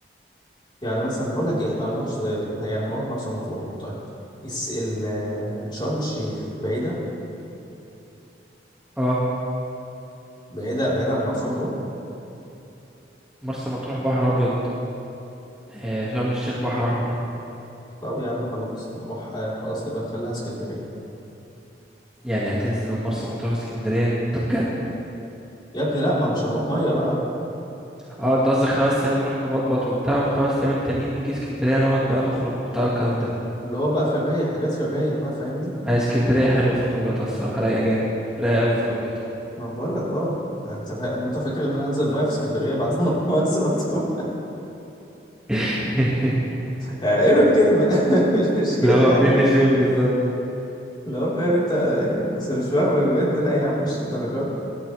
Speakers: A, on the left (about 25°); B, in the centre.
A: يعني مثلا بقول لك ايه احنا هنروح س- يعني هنروح مرسى مطروح طيب الس- ال- آه، شرم الشيخ بعيده
B: اه
A: بعيده بعيده عن مرسى مطروح
B: مرسى مطروح بحر ابيض آه شرم الشيخ بحر احمر
A: طب يا عم خلاص نروح آه، خلاص نبقى نخليها اسكندرية
B: يعني هتنزل من مرسى مطروح اسكندرية طب بجد
A: يا ابني لا ما مش هنروح مية بقى
B: اه انت قصدك خمس ايام نروح نبطبط وبتاع والخمس ايام التانيين نيجي اسكندرية نقعد بقى نخرج وبتاع الكلام ده
A: اللي هو بقى في الرايق حاجات في الرايق بقى فاهمني
B: هي اسكندرية حلوة في خروجاتها الصراحة رايقة جامد رايقة أوي في خروجاتها
A: ما بقول لك اه ما انت فا... ما انت فاكر ان انا هنزل ميه في اسكندريه بعد ما <laughs> خلاص مطفوح
B: <laughs>
A: يعني ايه له الكلمه <laughs> مش مش كده
B: لو هو
A: يعني
B: منين لفين بالظبط
A: لو فاهم انت يعني اصل مش فاهم بجد لا يا عم مش الدرجات